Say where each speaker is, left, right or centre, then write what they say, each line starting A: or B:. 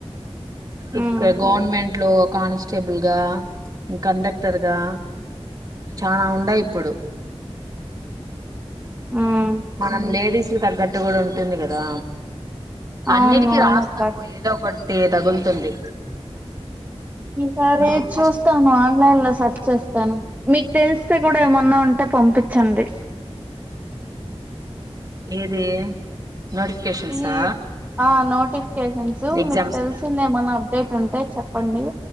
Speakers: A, on the right; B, on the right.
A: ఇక్కడ
B: ఉమ్
A: గవర్మెంట్ ఇట్లో కానిస్టేబుల్ గా ఇంకా కండక్టర్గా చాలా ఉనాయి ఇప్పుడు
B: ఉమ్
A: మనం లేడీస్ తగ్గట్టు కూడా ఉంటుంది కదా అన్నిటికిీ
B: అవును అవునక్క
A: రాస్తా పో ఏదో ఒకటి ఒకటి తగులుతుంది
B: సరే
A: నువ్వు ఫస్ట్
B: చూస్తాను ఆన్లైన్ లో సెర్చ్ చేస్తాను మీకు తెలుసు కూడా ఏమన్నా ఉంటే పంపించండి
A: ఏది నోటిఫికేషన్సా
B: ఈ ఆ నోటిఫికేషన్స్
A: ఎగ్జామ్స్
B: మీకు తెలిసిందేమన్నా
A: కా
B: అప్డేట్ ఉంటే చెప్పండి